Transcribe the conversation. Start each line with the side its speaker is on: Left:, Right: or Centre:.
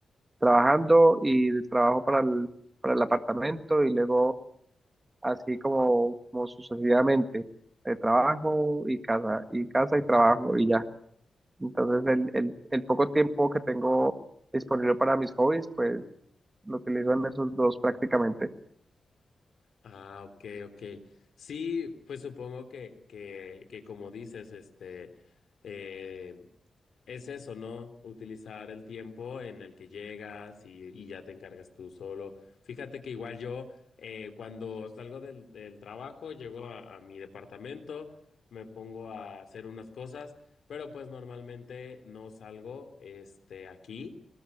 Right: trabajando y de trabajo para el, para el apartamento y luego así como, como sucesivamente, de trabajo y casa, y casa y trabajo y ya. Entonces el, el, el poco tiempo que tengo disponible para mis hobbies, pues lo utilizo en esos dos prácticamente.
Left: Ah, ok, ok. Sí, pues supongo que, que, que como dices, este... em, Es eso, ¿no? Utilizar el tiempo en el que llegas y, y ya te encargas tú solo. Fíjate que igual yo, eh, cuando salgo del, del trabajo, llego a, a mi departamento, me pongo a hacer unas cosas, pero pues normalmente no salgo, este, aquí.